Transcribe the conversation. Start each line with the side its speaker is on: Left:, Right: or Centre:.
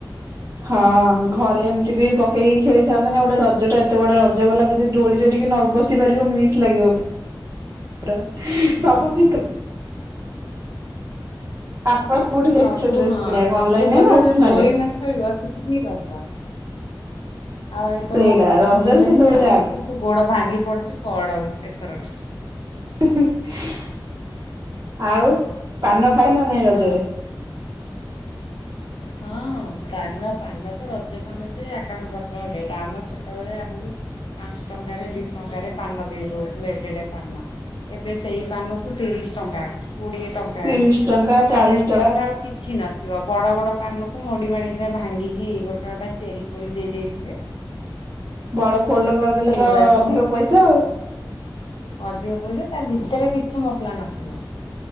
Right: ହଁ ଘରେ ଏମିତି ବି ପକେଇକି ଖେଳିଥାନ୍ତେ ନା ଗୋଟେ ରଜ ଜ ଟା ଏତେ ବଡ ରଜ ଗଲା ଯଦି ଡଳିରେ ଟିକେ ନ ବସି ପାରିବ ମି ଲାଗିବ
Left: ହଁ
Right: ସବୁ ଫ ଆପଣ କୋଉଠି
Left: ସବୁ
Right: ଯାଇଥିଲେ ଡ୍ରେସ
Left: ହଁ
Right: କିଣିବାକୁ
Left: ସବୁ
Right: ଅନଲାଇନରେ
Left: କରିବ
Right: ନା ଅଫଲାଇନ
Left: ଯି ଦୋଳି
Right: ରେ?
Left: ନ ଖେଳିବ ସି ରଜ ଆଉ ଏଇତ
Right: ସେଇଟା
Left: ମୋ କଥା
Right: ରଜରେ
Left: ଶୁଣିଲେନି
Right: ତ ଦୋଳିଟା
Left: ଆଉ
Right: ଆଗ
Left: ତୁ ଗୋଡ ଭାଙ୍ଗି ପଡୁଛି ପଡବ ଏଥରକ
Right: ହ <inaudible> ଆଉ ପାନ ଖାଏ ନା ନାଇଁ ରଜରେ
Left: ଆଉ ହଁ ପାନ ପାନ ତ ରଜ ପାନ ଯେ ଆକାଶ ପତାଳ ରେଟ ଆମ ଛୋଟ ବେଳେ ଆମକୁ ପାଞ୍ଚ ଟଙ୍କାରେ ଦି ଟଙ୍କାରେ ପାନ ଦେଇ ଦଉଥିଲେ ଏଡେଏଡେ ପାନ ଏବେ ସେଇ ପାନକୁ ତିରିଶ ଟଙ୍କା କୋଡିଏ ଟଙ୍କା
Right: ତିରିଶ
Left: ତାରନେରେ
Right: ଟଙ୍କା ଚାଳିଶ ଟଙ୍କା
Left: ଦେଖିଲା ବେଳୁ କିଛି ନ ଥିବା ବଡ ବଡ ପାନ କୁ ମୋଡି ମାଡିକିନା ଭାଙ୍ଗିକି ଗୋଟା ଗୋଟା ଚେରି କୋଳି ଦେଇ ଦେଇଥିବେ
Right: ବଡ ଫୋଲଡ କରିଦେଲେ
Left: ସେଇଗୁଡାକ
Right: ତ ଅଧିକ ପଇସା ଆଉ
Left: ଅଧିକ ପଇସା ତା ଭିତରେ କିଛି ମସଲା ନଥିବ